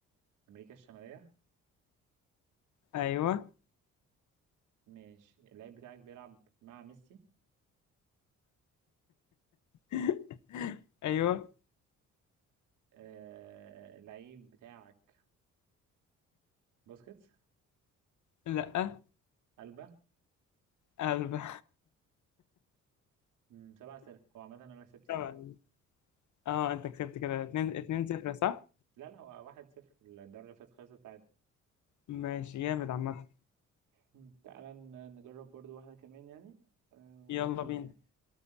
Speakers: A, on the right; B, on the left.
A: امريكا الشماليه
B: ايوه
A: ماشي اللعيب بتاعك بيلعب مع ميسي
B: <laughs> ايوه
A: آه اللعيب بتاعك بوسكيتس
B: لا
A: ألبا
B: قلب
A: مم، سبعة أسئلة هو عامة أنا كسبت
B: طبعا
A: يعني
B: <laughs> اه انت كسبت كده
A: مم.
B: 2 2 0 صح
A: لا لا هو واحد صفر الدوري اللي فات خلصت عادي
B: ماشي جامد عامه
A: مم. تعالى ن- نجرب برضو واحدة كمان يعني آه ونشوف
B: يلا بينا
A: يعني